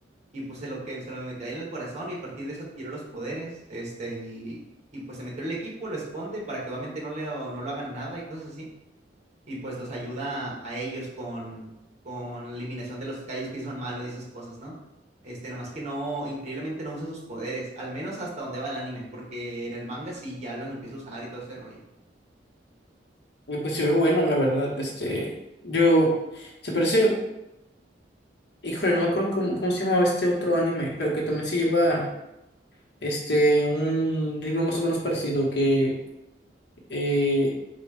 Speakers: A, on the right; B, on the left.
A: Y pues se lo, que, se lo metió ahí en el corazón y a partir de eso adquirió los poderes. Este, y, y pues se metió en el equipo, lo esconde para que obviamente no, le, no lo hagan nada y cosas así y pues los ayuda a ellos con, con la eliminación de los callos que sí son malos y esas cosas, ¿no? Este, nada más que no, increíblemente no usa sus poderes, al menos hasta donde va el anime, porque en el manga sí ya los empieza a usar y todo ese rollo.
B: y pues se ve bueno, la verdad, este, yo, se parece, híjole, no me acuerdo cómo, cómo se llamaba este otro anime, pero que también se lleva... este, un ritmo más o menos parecido que, eh,